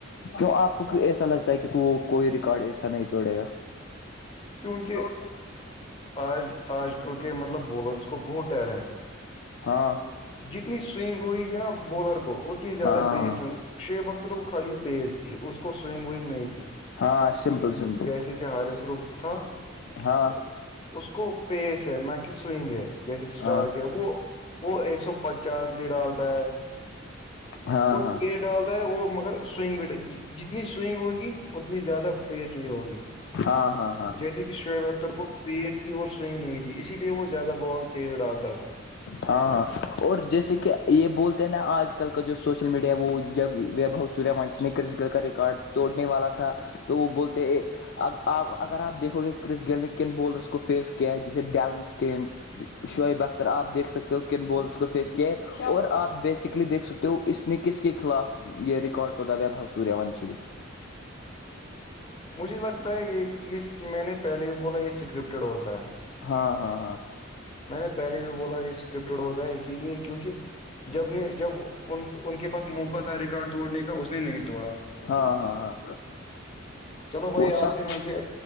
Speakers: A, on the left; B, on the left.
A: کیوں آپ کو ایسا لگتا ہے کہ وہ کوئی ریکارڈ ایسا نہیں توڑے گا
B: کیونکہ
A: تو
B: آج آج کل کے مطلب بولرز کو بہت ٹیلنٹ ہے
A: ہاں
B: جتنی سوئگ ہوئے گی نا بولر کو اتنی زیادہ
A: ہاں
B: پیس میں شیو بکتروں کو خالی پیز تھی اس کو سوگ ونگ نہیں تھی
A: ہاں سمپل سمپل
B: کیا ہارے سروف ا تھا
A: ہاں
B: اس کو پیس ہے نہ کہ سوئگ ہے جیسے اسٹارک
A: ہاں ہاں
B: ہے وہ وہ ایک سو پچاس بھی ڈالتا ہے
A: ہاں
B: وہ چ ڈالتا ہے وہ مگر سوئنگ وٹ جتنی سوئنگ ہوگی اتنی زیادہ پیس نہیں ہوگی
A: ہاں ہاں ہاں
B: جیسے کہ شو ویکٹر کو پیس تھی اور سوئنگ نہیں تھی اسی لیے وہ زیادہ بال تیز ڈالتا تھا
A: ہاں ہاں اور جیسے کہ یہ بولتے ہیں نا آج کل کا جو سوشل میڈیا وہ جب ویب ہاؤس سوریہ ونش نے کرس گل کا ریکارڈ توڑنے والا تھا تو وہ بولتے آپ اگر آپ دیکھو گے کرس گینل نے کن بولرس کو فیس کیا ہے جیسے ڈیلنسٹین شعب اختر آپ دیکھ سک سکتے ہو کن بول اس کو فیس کیا ہے اور آپ بیسکلی دھ سکتے ہو اس نے کس کے خلاف یہ ریکارڈ تودا ویبہ ہوا سوریہان شریف
B: مجھے لگتا ہے اس میں نے پہلے بھی بولا یہ اسکرپٹیڈ ہوتا ہے
A: ہاں ہاں ہاں
B: میں نے پہے بھی بولا یہ اسکرپٹڈ ہوتا ہے اس اس لیے کیونکہ جب نے جب ان کے پاس موقع تھا ریکارڈ توڑنے کا اس نے نہیں توڑا
A: ہاں ہاں ہاں
B: چلو بھائی
A: وہ
B: آپ
A: سب
B: سے مل کے